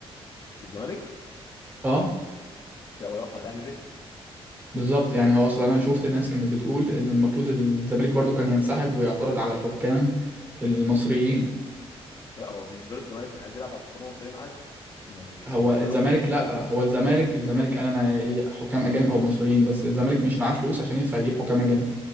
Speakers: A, on the left; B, on the right.
A: الزمالك
B: اه
A: لا هو يقف مع الاهلي ليه
B: بالظبط يعني هو اصلا انا شفت الناس كانت بتقول ان المفروض الزمالك برضو كان ينسحب ويعترض على الحكام المصريين
A: لا هو بالنسبه له الزمالك كان عايز يلعب على حكام مصريين عادي ما يعني
B: هو
A: بالنسبه
B: الزمالك
A: له ما كانتش
B: لا
A: فارقه
B: هو الزمالك الزمالك قال انا حكام اجانب او مصريين بس الزمالك مش معاه فلوس عشان يدفع يجيب حكام اجانب